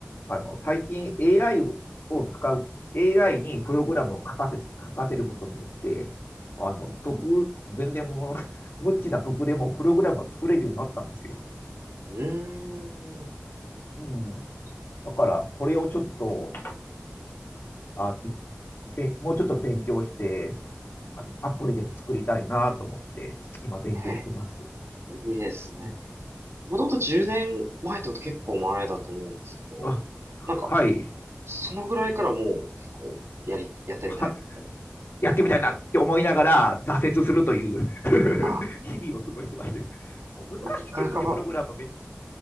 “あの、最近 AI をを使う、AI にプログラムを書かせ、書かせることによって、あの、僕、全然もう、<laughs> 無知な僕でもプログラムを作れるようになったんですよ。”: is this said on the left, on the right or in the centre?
Left